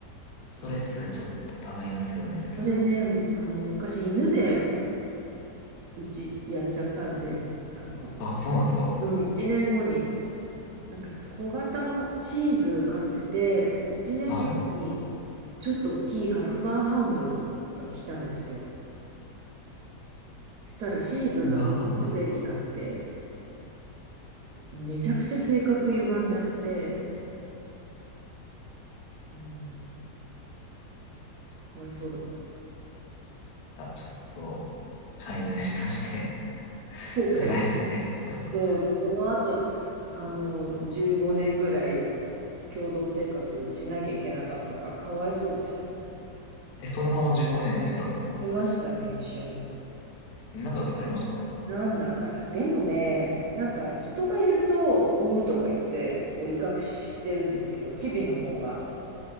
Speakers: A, on the right; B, on the left.
A: そう。
B: トレスちょっと溜まりますよね、それは。
A: それね、あの、昔犬でうちやっちゃったんで、あの、
B: あ、そうなんですか
A: うん、1年後に、なんか小型のシーズー飼ってて、1年後に
B: はい。
A: ちょっと大きいハフガンハウンドが来たんですよ。そしたらシーズーがノイローゼになって、
B: 僕がわかんない。い
A: めちゃくちゃ性格歪んじゃって、うん、かわいそうだった。
B: や、ちょっと、飼い主として <laughs>
A: 後悔し
B: 辛いですね、それは。
A: そうで、その後、あの、15年ぐらい共同生活しなきゃいけなかったから、かわいそうでしたね。
B: え、そのまま15年いたんですか
A: いましたね、一緒に。
B: 仲良くなりました
A: なんな、あ、でもね、なんか人がいると、うーとか言って、こう威嚇してるんですけど、チビの方が。